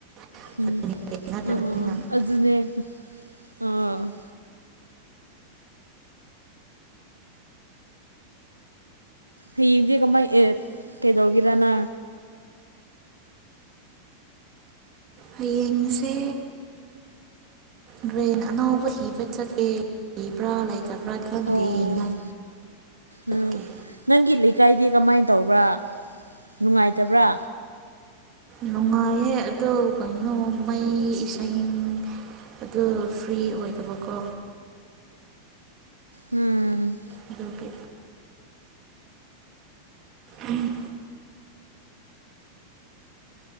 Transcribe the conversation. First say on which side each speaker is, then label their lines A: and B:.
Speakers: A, on the right (about 35°); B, on the right (about 85°).
A: <unintelligible>
B: ꯎꯝ ꯑꯥ ꯑꯗꯨꯅꯦ ꯑꯣ ꯍꯌꯦꯡꯗꯤ ꯀꯃꯥꯏꯅ ꯑꯦ ꯀꯩꯗꯧꯒꯦꯔꯅ
A: ꯍꯌꯦꯡꯁꯦ ꯕ꯭ꯔꯦꯟ ꯑꯅꯥꯎꯕ ꯊꯤꯕ ꯆꯠꯂꯦ ꯂꯩꯕ꯭ꯔꯥ ꯂꯩꯇꯕ꯭ꯔꯥ ꯈꯪꯗꯦ
B: ꯑꯣ
A: <unintelligible>
B: ꯎꯝ ꯅꯪꯒꯤ ꯂꯩꯀꯥꯏꯗꯤ ꯀꯃꯥꯏꯅ ꯇꯧꯕ꯭ꯔꯥ ꯅꯨꯡꯉꯥꯏꯇꯕ꯭ꯔꯥ
A: ꯅꯨꯡꯉꯥꯏꯌꯦ ꯑꯗꯨꯗ ꯀꯩꯅꯣ ꯃꯩ ꯏꯁꯥꯡ ꯑꯗꯨ ꯐ꯭ꯔꯤ ꯑꯣꯏꯗꯕꯀꯣ
B: ꯎꯝ
A: ꯑꯗꯨꯒꯤ ꯎꯝ